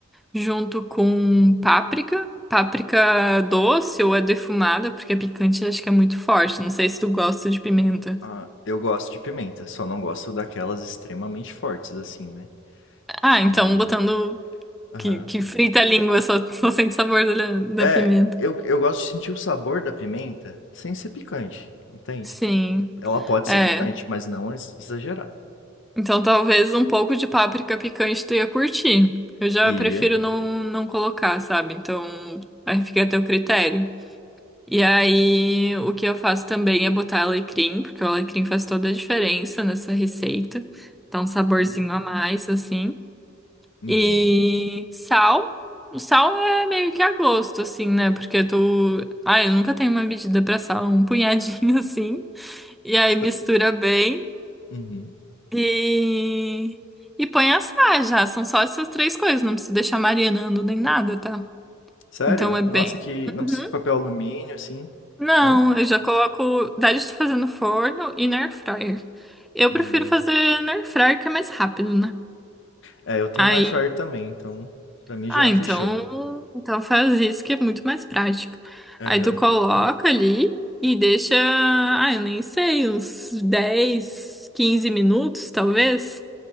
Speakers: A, in the centre; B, on the left.
A: junto com páprica. Páprica doce ou é defumada, porque a picante acho que é muito forte. Não sei se tu gosta de pimenta.
B: Ah, eu gosto de pimenta, só não gosto daquelas extremamente fortes, assim, né?
A: Ah,
B: Que.
A: então botando
B: Aham.
A: que, que frita a língua, só, <laughs> só sente sabor da,
B: É,
A: da pimenta.
B: eu, eu gosto de sentir o sabor da pimenta sem ser picante, entende?
A: Sim,
B: Ela pode
A: é.
B: ser picante, mas não ex- exagerada.
A: Então talvez um pouco de páprica picante tu ia curtir. Eu já
B: E.
A: prefiro não, não colocar, sabe? Então aí fica a teu critério. E aí o que eu faço também é botar alecrim, porque o alecrim faz toda a diferença nessa receita. Dá um
B: Uhum.
A: saborzinho a mais, assim.
B: Uhum.
A: E sal. O sal é meio que a gosto, assim, né? Porque tu. Ai, eu nunca tenho uma medida pra sal, um punhadinho <laughs> assim. E aí
B: S-
A: mistura bem
B: uhum.
A: e. E põe a assar já. São só essas três coisas, não precisa deixar marinando nem nada, tá?
B: Sério?
A: Então é bem.
B: Nossa, que. Não
A: Uhum.
B: precisa de papel alumínio, assim.
A: Não,
B: Não?
A: eu já coloco. daí estou fazendo forno e na air fryer. Eu
B: Hum.
A: prefiro fazer na air fryer que é mais rápido, né?
B: É, eu tenho
A: aí
B: uma air fryer também, então pra mim
A: Ah,
B: já
A: então,
B: fechou.
A: então faz isso que é muito mais prático.
B: Aham.
A: Aí tu coloca ali e deixa, ah, eu nem sei, uns 10, 15 minutos, talvez.